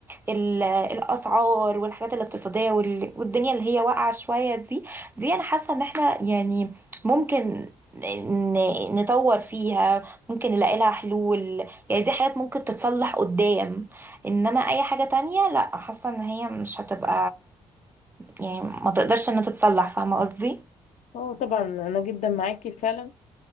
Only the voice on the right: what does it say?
ال الاسعار والحاجات الاقتصادية وال- والدنيا اللي هي واقعة شوية دي دي انا حاسة ان احنا يعني ممكن ن- نطور فيها ممكن نلاقي لها حلول يعني دي حاجات ممكن تتصلح قدام انما اي حاجة تانية لا حاسة ان هي مش هتبقى يعني ما تقدرش انها تتصلح فاهمة قصدي؟